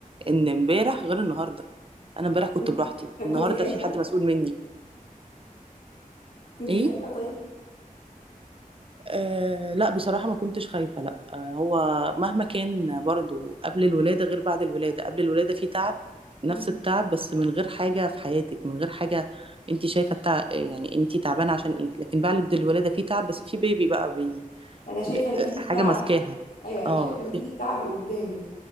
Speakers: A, on the right (about 40°); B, on the left (about 80°).
A: ان امبارح غير النهاردة انا امبارح كنت
B: كنت
A: براحتي
B: طب
A: النهاردة
B: كنت خايفه
A: في حد مسؤول مني
B: كنت
A: ايه
B: خايفه
A: أه لا بصراحة ما كنتش خايفة لا أه هو مهما كان برضو قبل الولادة غير بعد الولادة قبل الولادة في تعب نفس
B: طيب
A: التعب بس من غير حاجة في حياتك من غير حاجة انت شايفة التعب يعني انت تعبانة عشان ايه لكن بعد الولادة في تعب بس في بيبي بقى بي...
B: انا شايفه
A: بي...
B: نتيجه
A: حاجة
B: تعبي
A: ماسكاها
B: ايوه انا
A: اه
B: شايفه نتيجه تعبي قدامي